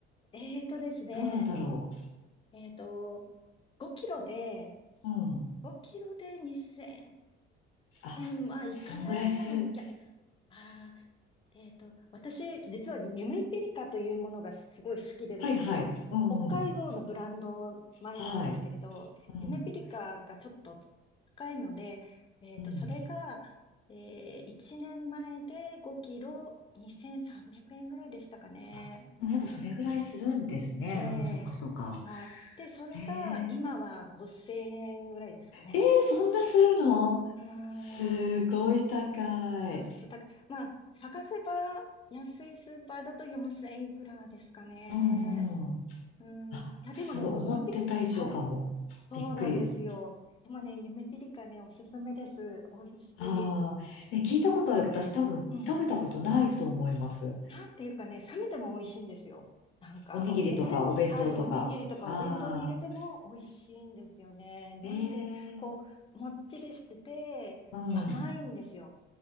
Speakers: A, on the left (about 25°); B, on the left (about 80°).
A: えーとですね、
B: どうなんだろ
A: えーと、5キロで、
B: う。うん。
A: 5キロで2000
B: あ、
A: 円、まあ、いかないものも、
B: そんぐらいする。
A: いや、あー、えーと、私、実は夢ピリカというものがすごい好きでですね、
B: はいはい。うん
A: 北海道のブランド米なんですけれど、
B: はい。うん。
A: 夢ピリカがちょっと高いので、えーと、
B: うん。
A: それが、えー1年前で5キロ2300円ぐらいでしたかね。
B: あ、でもやっぱそれぐらいするんですね。
A: ええ、
B: うん、そっかそっか。
A: はい。で、それが今は5000円ぐらいですかね。
B: えー、えー、そんなするのすごい高
A: うーん、ちょっと高い。
B: い。
A: まあ、探せば安いスーパーだと4000いくらですかね。
B: うんうん。
A: うん。
B: あ、
A: いや、
B: すごい。
A: でもね、
B: 思ってた以上かも。
A: 夢ぴり、はい。そうなんですよ。
B: びっくり。
A: でもね、夢ぴりかね、おすすめです。美味しい。
B: ああ。ね、聞いたことあるけど、私多分食べたことないと思います。
A: うん。なんていうかね、冷めても美味しいんですよ。なんか、
B: おにぎりとかお弁当とか。
A: お、お弁、はい、おにぎりとかお弁当に入れても美味しいんですよね。
B: ああ。
A: なんて、
B: え
A: こう、
B: えー。
A: もっちりしてて、
B: うん。
A: 甘いんですよ。